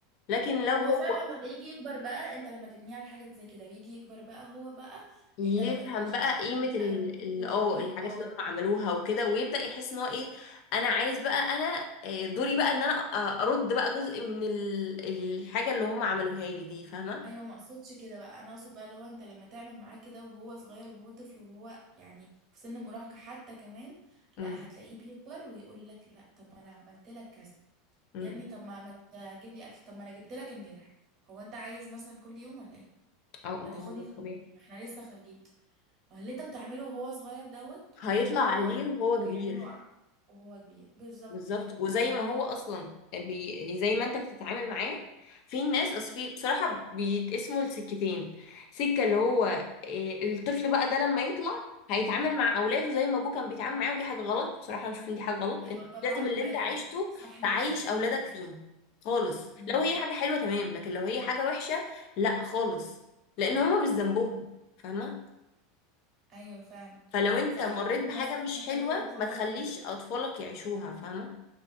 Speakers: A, on the left (about 50°); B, on the right (about 35°).
A: لكن لو هو
B: هو فعلا لما يجي يكبر بقى انت لما تبنيه على حاجه زي كده ويجي يكبر بقى هو بقى
A: يفهم
B: انت لما تبقى شخص
A: بقى قيمة
B: كبير
A: ال
B: بقى وجد
A: ال-
B: وكبير
A: اه الحاجات
B: اه
A: اللي هم عملوها وكده ويبدأ يحس ان هو ايه انا عايز بقى انا آه، دوري بقى ان انا آه، ارد بقى جزء من ال- الحاجة اللي هم عملوها لي دي فاهمة؟
B: ايوه ما اقصدش كده بقى انا اقصد بقى اللي هو انت لما تعمل معاه كده وهو صغير وهو طفل وهو يعني في سن المراهقه حتى كمان
A: امم
B: لا هتلاقيه بيكبر ويقول لك لا طب ما انا عملت لك كذا
A: امم
B: يا ابني طب ما ما تجيب لي اكل طب ما انا جبت لك امبارح هو انت عايز مثلا كل يوم ولا ايه
A: اه
B: ما
A: ما
B: تاخدني
A: هو ده
B: تخرجني
A: طبيعي
B: ما احنا لسه خارجين ما هو اللي انت بتعمله وهو صغير دوت
A: هيطلع
B: وهو هو
A: عليه
B: هو
A: وهو كبير
B: يعمله ع- وهو كبير بالظبط
A: بالظبط
B: كده
A: وزي ما هو اصلا بي... زي ما انت بتتعامل معاه في ناس اصل في بصراحه بيتقسموا لسكتين سكه اللي هو إيه، الطفل بقى ده لما يطلع هيتعامل مع اولاده زي ما ابوه كان بيتعامل معاه ودي حاجه غلط بصراحه انا بشوف ان دي حاجه غلط
B: ايوه
A: انت
B: طبعا
A: لازم اللي انت
B: ايوه
A: عايشته
B: صح
A: تعيش
B: جدا في
A: اولادك
B: النقطه دي
A: فيه خالص
B: امم
A: لو هي حاجه حلوه تمام لكن لو هي حاجه وحشه لا خالص لان هما مش ذنبهم فاهمه
B: ايوه فعلا
A: فلو انت
B: صح
A: مريت بحاجه
B: في ناس
A: مش
B: بتفكر
A: حلوه
B: كده وتفكر
A: ما تخليش
B: في كده
A: اطفالك يعيشوها فاهمه